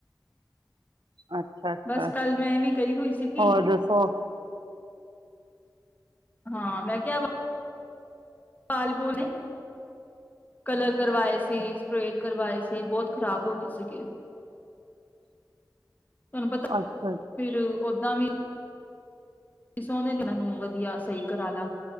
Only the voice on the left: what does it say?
ਬਸ ਕੱਲ ਮੈਂ ਵੀ ਗਈ ਹੋਈ ਸੀਗੀ।
ਹਾਂ, ਮੈਂ ਕਿਹਾ। ਵਾਲ ਵੁ ਨੇ ਕਲਰ ਕਰਵਾਏ ਸੀ, ਸਟ੍ਰਰੇਟ ਕਰਵਾਏ ਸੀ ਬਹੁਤ ਖ਼ਰਾਬ ਹੋ ਗਏ ਸੀਗੇ ਤੂੰਹਾਨੂ ਪਤਾ
ਫੀਰ ਓਦਾਂ ਵੀ। ਸੋਹਣੇ ਇਹ ਨੂੰ ਵਧੀਆ ਸਹੀ ਕਰਾ ਲਾ